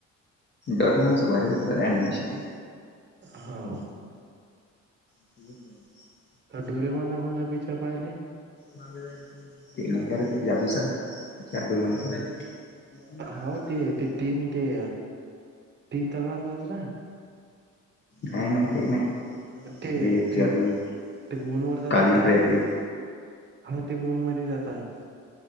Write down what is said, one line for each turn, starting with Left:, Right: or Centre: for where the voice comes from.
Left: डोरेमॉनचं भारी होत रे ॲनिमेशन <inaudible>
Right: हो
Left: <unintelligible>
Right: डोरेमोन चा कोणता पिक्चर पाहि
Left: माग ते नाही कर ते जादूचा जादू म्हणत <unintelligible>
Right: हो ते ते तीन तेे तीन तलवार बाजुला
Left: काही नाही ते नाही. <unintelligible>
Right: ते ते ते मून वर जातात ते का हा ते मूनमध्ये जातात.